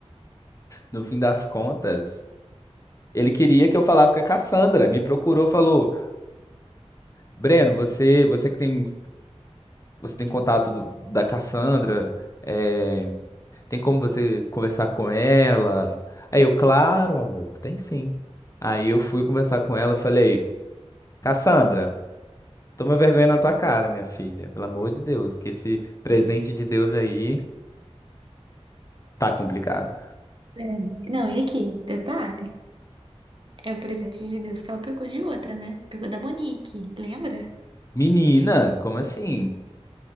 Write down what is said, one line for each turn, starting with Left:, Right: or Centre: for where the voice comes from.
Left: no fim das contas, ele queria que eu falasse com a Cassandra. Me procurou, falou: Breno, você, você que tem, você tem contato do- da Cassandra, é, tem como você conversar com ela? Aí eu, claro, amor, tem sim. Aí eu fui conversar com ela, falei: Cassandra. Toma vergonha na tua cara, minha filha. Pelo amor de Deus, que esse presente de Deus aí tá complicado.
Right: É. Não, e aqui, detalhe, é o presente de Deus que ela pegou de outra, né? Pegou da Monique, lembra?
Left: Menina, como assim?